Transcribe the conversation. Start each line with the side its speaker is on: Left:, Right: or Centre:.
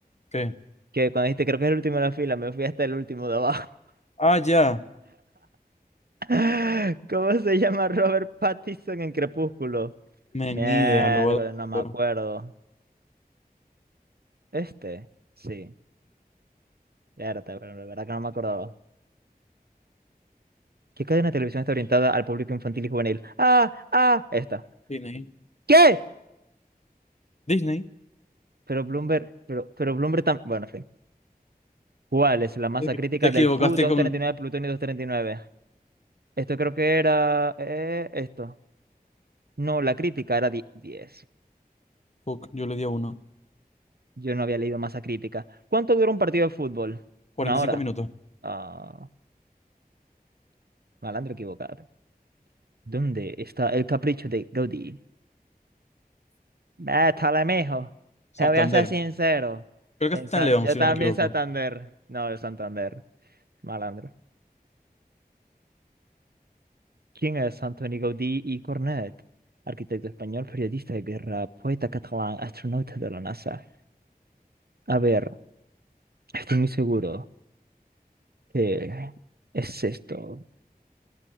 Left: ¿qué?
Right: Que cuando dijiste creo que es el último de la fila, me fui hasta el último de abajo.
Left: Ah, ya.
Right: <laughs> ¿Cómo se llama Robert Pattinson en Crepúsculo?
Left: Men,
Right: Mierda,
Left: ni idea, lo voy a
Right: no me acuerdo.
Left: dar.
Right: Este, sí. Verdad, pero la verdad que no me acordaba. ¿Qué cadena de televisión está orientada al público infantil y juvenil? Ah, ah, esta.
Left: Disney.
Right: ¿Qué?
Left: Disney.
Right: Pero Bloomberg, pero, pero Bloomberg también. Bueno, en fin. ¿Cuál es la masa
Left: Es que
Right: crítica
Left: Te equivocaste
Right: del PU-239,
Left: con.
Right: Plutonio 239? Esto creo que era. eh, esto. No, la crítica era di- 10.
Left: Fuck, yo le di a uno.
Right: Yo no había leído masa crítica. ¿Cuánto dura un partido de fútbol?
Left: 45
Right: ¿Una hora?
Left: minutos.
Right: Ah, malandro equivocado. ¿Dónde está el capricho de Gaudí? Métale, mijo.
Left: Santander.
Right: Te voy a ser sincero.
Left: Creo
Right: En
Left: que está
Right: Sa-
Left: en León,
Right: yo
Left: si
Right: también
Left: no me equivoco.
Right: Santander. No, de Santander. Malandro. ¿Quién es Antonio Gaudí y Cornet? Arquitecto español, periodista de guerra, poeta catalán, astronauta de la NASA. A ver, estoy muy seguro que es esto.